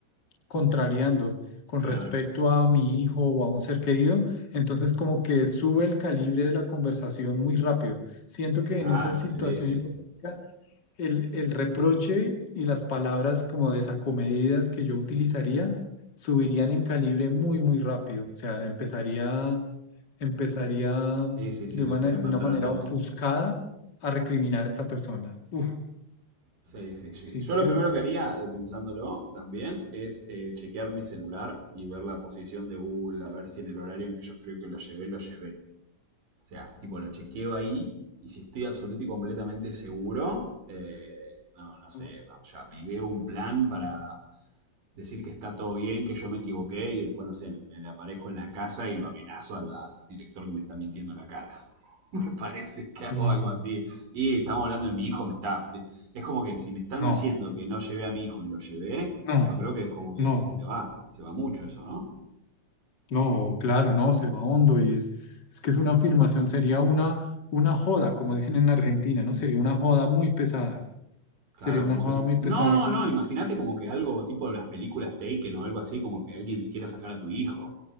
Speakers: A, on the left; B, on the right.
A: contrariando con
B: claro,
A: respecto a mi hijo o a un ser querido, entonces como que sube el calibre de la conversación muy rápido. Siento que
B: claro,
A: en esa situación
B: sí, sí.
A: hipotética, el, el reproche y las palabras como desacomedidas que yo utilizaría subirían en calibre muy, muy rápido. O sea, empezaría, empezaría
B: Sí, sí, sí,
A: de
B: los
A: una,
B: querés
A: de
B: matar
A: una manera
B: a todos.
A: ofuscada a recriminar a esta persona. Uf,
B: Sí, sí, sí.
A: sí,
B: Yo lo
A: creo.
B: primero que haría, eh, pensándolo también, es eh, chequear mi celular y ver la posición de Google, a ver si en el horario en que yo creo que lo llevé, lo llevé. O sea, tipo, lo chequeo ahí y si estoy absoluto y completamente seguro, eh, no, no sé,
A: No,
B: no, ya me ideo un plan para decir que está todo bien, que yo me equivoqué y después, no sé, me, me le aparezco en la casa y lo amenazo al, al director que me está mintiendo en la cara. <laughs> me parece que hago
A: no,
B: algo así. Y estamos hablando de mi hijo, me está... Es como que si me están
A: no,
B: diciendo que no llevé a mi hijo y lo llevé,
A: no.
B: yo creo que como que
A: no.
B: se
A: No,
B: va, se va mucho eso, ¿no?
A: no, claro, no, se va hondo y es, es que es una afirmación, sería una, una joda, como dicen en Argentina, ¿no? Sería una joda muy pesada,
B: Claro,
A: sería una
B: como
A: joda
B: que...
A: muy
B: No,
A: pesada.
B: no, no, imagínate como que algo tipo de las películas Taken o algo así, como que alguien te quiera sacar a tu hijo.